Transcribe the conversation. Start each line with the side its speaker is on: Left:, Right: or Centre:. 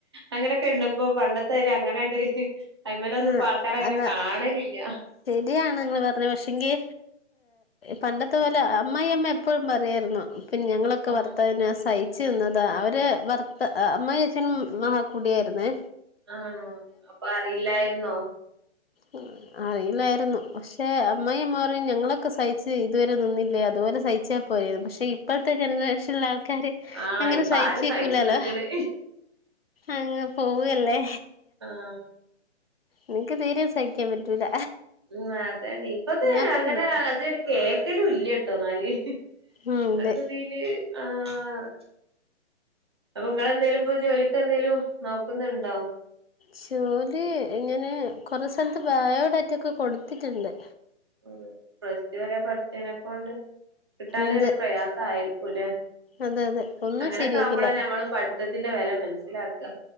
Right: അങ്ങനൊക്കെണ്ട്പ്പൊ പണ്ടത്താരീ അങ്ങനെണ്ട് അയിമെലൊന്നും
Left: ആഹ്
Right: ഇപ്പാൾക്കാരങ്ങനെ
Left: അല്ല
Right: കാണലില്ല
Left: ശരിയാണ് നിങ്ങൾ പറഞ്ഞത് പക്ഷെങ്കി പണ്ടത്തെ പോലെ അമ്മായി അമ്മ എപ്പോഴും പറയേര്ന്നു പിന്നെ ഞങ്ങളൊക്കെ
Right: ഉം,
Left: ഭർത്താവിനെ സയ് ച്ച് നിന്നതാ അവര് ഭർത്ത അമ്മായച്ചനും മഹാകുടിയായിരുന്നേ
Right: ആണോ അപ്പൊ അറിയില്ലായിരുന്നോ
Left: ഉം അറിയില്ലായിരുന്നു പക്ഷെ അമ്മായിഅമ്മ പറയും ഞങ്ങളൊക്കെ സഹിച്ച് ഇതുവരെ നിന്നില്ലേ അതുപോലെ സഹിച്ചാ പോരെന്ന് പക്ഷെ ഇപ്പൾത്തെ ജനറേഷൻല്ള്ള ആൾക്കാര്
Right: ആഹ്
Left: അങ്ങനെ
Right: ഇപ്പൊ
Left: സഹിച്ച്ക്കൂലല്ലോ
Right: ആര് സഹിച്ചു നിക്കണ്
Left: അങ്ങ് പോവല്ലേ
Right: ആഹ്
Left: ഇനിക്ക് തീരേം സഹിക്കാൻ പറ്റൂല
Right: ഉം അതാണേ ഇപ്പത്തെ
Left: ഞാൻപ്പ
Right: അങ്ങനെ
Left: തന്നെ
Right: അതട് കേക്കലും ഇല്ലട്ടോന്നാല് ഇപ്പത്തെ
Left: ഉം അതെ
Right: ഇതീല് ആഹ് അപ്പൊ ഇങ്ങളെന്തേലും ഇപ്പൊ ജോലിക്കെന്തേലും നോക്കുന്നുണ്ടോ
Left: ജോലി ഇങ്ങനെ കുറെ സ്ഥലത്ത് ബയോഡാറ്റ ഒക്കെ കൊടുത്തിട്ടുണ്ട്
Right: ഉം പ്ലസ്ടു വരെ പഠിച്ചേനെക്കൊണ്ട് കിട്ടാനൊരു
Left: അതെ
Right: പ്രയാസായിരിക്കുല്ലേ
Left: അതെ അതെ ഒന്നും
Right: അങ്ങനെക്കാമ്പളാ
Left: ശരിയാക്കില്ല
Right: ഞമ്മള് പഠിത്തത്തിന്റെ വെല മനസ്സിലാക്ക